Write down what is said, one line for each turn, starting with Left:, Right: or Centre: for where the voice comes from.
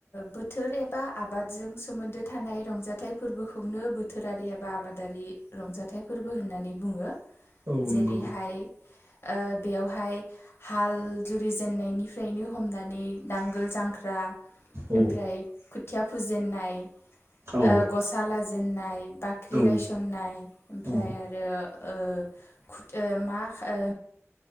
Left: बोथोर एबा आबादजों सोमोन्दो थानाय रंजाथाइ फोरबोखौनो बोथोरारि एबा आबादारि रंजाथाइ फोरबो होननानै बुंङो
Right: औ
Left: जेरैहाय
Right: नंगौ
Left: ओ बेयावहाय हाल जुरिजेननायनि बेनो हमनानै नांगोल जांख्रा
Right: औ
Left: ओमफ्राय खोथिया फोजेनाय
Right: औ
Left: ओ गसा ला आजेनन्नाय बाख्रि
Right: औ
Left: गायसननाय ओमफ्राय
Right: औ
Left: आरो ओ मा ओ